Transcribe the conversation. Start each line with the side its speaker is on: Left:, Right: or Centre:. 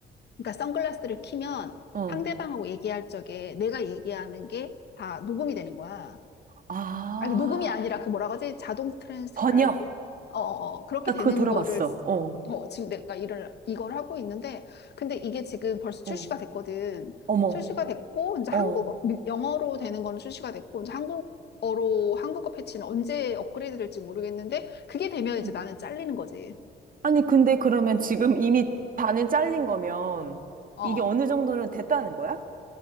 Left: 그러니까 선글라스를 키면
Right: 어,
Left: 상대방하고 얘기할 적에 내가 얘기하는 게 다 녹음이 되는 거야.
Right: 아,
Left: 아니, 녹음이 아니라 그 뭐라 그러지? 자동 트랜스크라이브?
Right: 번역.
Left: 어, 어, 어. 그렇게
Right: 나
Left: 되는
Right: 그거 들어봤어.
Left: 거를,
Right: 어,
Left: 어, 지금 내가 일을, 이걸 하고 있는데, 근데 이게 지금 벌써 출시가
Right: 어.
Left: 됐거든.
Right: 어머,
Left: 출시가 됐고, 이제 한국어,
Right: 어.
Left: 미- 영어로 되는 거는 출시가 됐고, 이제 한국어로, 한국어 패치는 언제 업그레이드 될지 모르겠는데, 그게 되면
Right: 음.
Left: 이제 나는 잘리는 거지.
Right: 아니, 근데 그러면 지금 이미 반은 잘린 거면
Left: 어.
Right: 이게 어느 정도는 됐다는 거야?